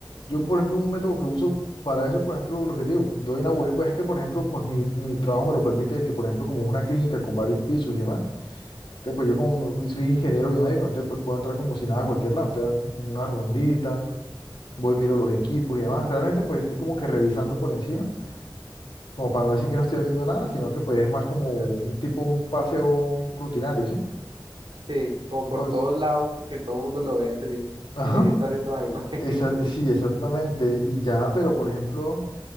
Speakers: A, on the left; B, on the right.
A: yo, por ejemplo, un método que uso para eso, por ejemplo, lo que te digo, doy una vuelta, pues es que, por ejemplo, pues mi, mi trabajo me lo permite, que, por ejemplo, como una clínica con varios pisos y demás, entonces, pues
B: Sí,
A: yo como me- soy ingeniero biomédico, entonces, pues puedo entrar como si nada a cualquier lado, entonces, hago como una rondita, voy, miro los equipos y demás. Realmente, pues estoy como que revisando por encima, como para no decir que no estoy haciendo nada, sino que, pues, es más como
B: ajá.
A: un tipo, un paseo rutinario, ¿sí?
B: Sí, como
A: Un
B: por
A: paseo.
B: todos lados, porque todo el mundo lo vea que sí,
A: Ajá.
B: que sí está haciendo algo. <laughs>
A: Esa- sí, exactamente. Y ya, pero por ejemplo...